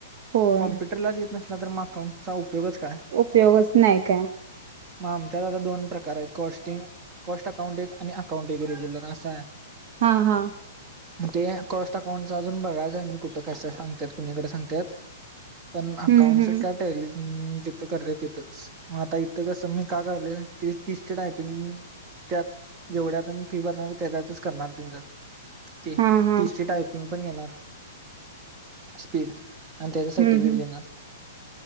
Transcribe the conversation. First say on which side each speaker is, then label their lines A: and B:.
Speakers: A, on the right; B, on the right.
A: होय
B: कॉम्प्युटरलाच येत त नसला तर म अकाउंटचा उपयोगच काय?
A: उपयोगच न्हाय काय.
B: म आमच्यात आता दोन प्रकार आहेत कॉस्टिंग कॉस्ट अकाउंट एक आणि अकाउंट एक रेग्युलर असा आहे.
A: हा हा!
B: ते कॉस्ट अकाउंटचा अजून बघायचं आहे मी कुठं कसं सांगत्यात कुणीकडे सांगत्यात. पण अकाउंटस
A: हम्म हम्म
B: काय टॅली जिथं करत्यात तिथंच म आता इथं कसं मी का घ्यालोय तीस तीस च टायपिंग त्यात जेवढ्या आता मी फी भरणार तेझ्यातच करणार त्यांचं ते
A: हा हा
B: तिसची टायपिंग पण घेणार स्पीड आणि त्याच सर्टिफिकेट
A: हम्म हम्म
B: देणार